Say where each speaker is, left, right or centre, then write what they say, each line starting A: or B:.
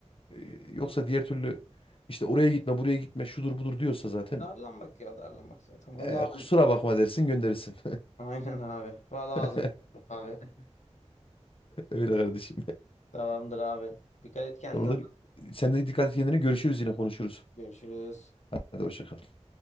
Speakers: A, on the left; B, on the left.
A: e, yoksa diğer türlü işte oraya gitme buraya gitme şudur budur diyorsa zaten
B: Darlanmak ya darlanmak zaten. Vallahi
A: e, kusura
B: abi.
A: bakma dersin gönderirsin.
B: Aynen abi. Vallahi
A: <laughs>
B: ağzım abi. <laughs>
A: Öyle kardeşim.
B: Tamamdır abi. Dikkat et kendine.
A: Tamamdır. Sen de dikkat et kendine görüşürüz yine konuşuruz.
B: Görüşürüz.
A: Hadi hoşça kal.